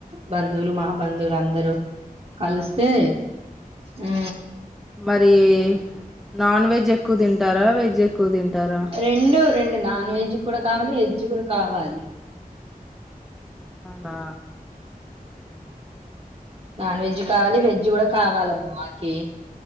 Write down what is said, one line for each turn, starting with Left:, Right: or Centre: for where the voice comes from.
Right: బంధువులు మా బంధువులు అందరూ కలుస్తే
Centre: ఆ
Right: ఆ
Centre: మరి నాన్ వెజ్ ఎక్కువ తింటారా వెజ్ ఎకు తింటారా
Right: రెండు రెండు నాన్ వెజ్ కూడా కావాలి వెజ్ కూడా కావాలి.
Centre: అ
Right: నాన్ వెజ్ కావాలి వెజ్ కూడా కావాలబ్బా మాకి